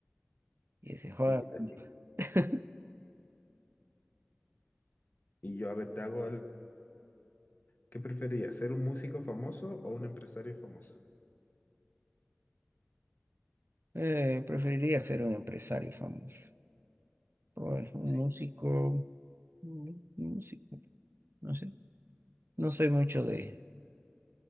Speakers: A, on the right; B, on the left.
A: Y ese joda
B: Sí,
A: al
B: que te
A: mundo.
B: ríes.
A: <laughs>
B: Y yo, a ver, te hago el... ¿Qué preferirías? ¿Ser un músico famoso o un empresario famoso?
A: Eh, preferiría ser un empresario famoso. O es un
B: Sí.
A: músico. un músico. No sé. No soy mucho de,